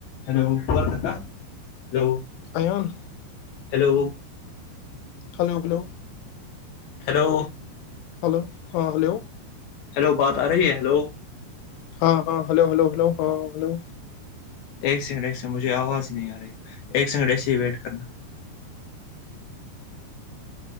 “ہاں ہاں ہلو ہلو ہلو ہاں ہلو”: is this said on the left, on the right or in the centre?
Left